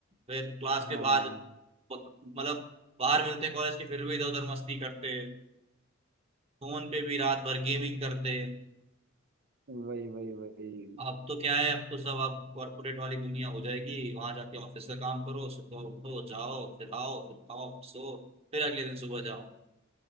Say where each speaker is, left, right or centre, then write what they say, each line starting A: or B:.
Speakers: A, on the right; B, on the right.
A: फिर क्लास के
B: हाँ
A: बाद मतलब बाहर मिलते कॉलेज के फिर भी इधर उधर मस्ती करते फोन पे भी रात भर गेमिंग करते
B: वही वही वही
A: अब तो क्या है अब तो सब अब कॉर्पोरेट वाली दुनिया हो जाएगी वहां जाके ऑफिस का काम करो सुबह उठो जाओ फिर आओ फिर खाओ फिर सो फिर अगले दिन सुबह जाओ